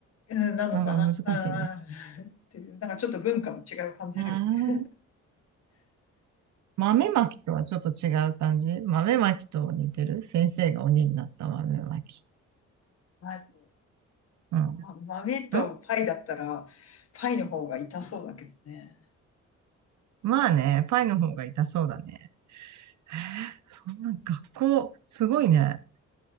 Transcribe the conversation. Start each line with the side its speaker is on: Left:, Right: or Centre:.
Left: うん、なのかな。
Right: うん難しいね。
Left: うんうん。<laughs> っていう、なんかちょっと文化の違いを感じるよね。
Right: ああ、豆まきとはちょっと違う感じ豆まきと似てる先生が鬼になった豆まき。
Left: <laughs> まあ、
Right: うん。
Left: ま豆とパイだったら、
Right: ん
Left: パイの方が痛そうだけどね。
Right: まあね、パイの方が痛そうだね。へえそんな学校、すごいね。